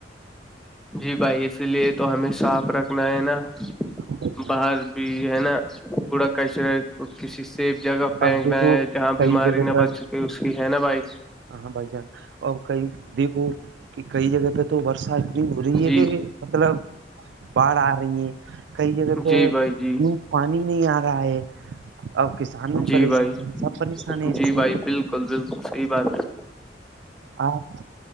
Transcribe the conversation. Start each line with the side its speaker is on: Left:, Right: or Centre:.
Centre: جی بھائی اسی لیے تو ہمیں صاف رکھنا ہے نا
Right: ہیں
Centre: باہر ہے نا کوڑا کچرا کسی سیف جگہ پھینکنا
Right: اب دیکھو
Centre: ہے جہاں
Right: کئی
Centre: بیماری
Right: جگہ
Centre: نہ
Right: پر
Centre: بچ سکے اس کی ہے نا بھائی
Right: ہاں بھائی جان اب کئی دیکھو کہ کئی جگہ پہ تو برشا اتنی ہو رہی
Centre: جی
Right: ہے کہ مطلب باڑھ آ رہی ہے کئی جگہ پہ
Centre: جی بھائی جی
Right: دپ پانی نہیں آ رہا ہے اب کسان بھی
Centre: جی
Right: پریشان
Centre: بھائی
Right: ہیں سب پریشان ہیں اس
Centre: جی
Right: سے
Centre: بھائی بالکل بالکل صحی بات ہے
Right: آپ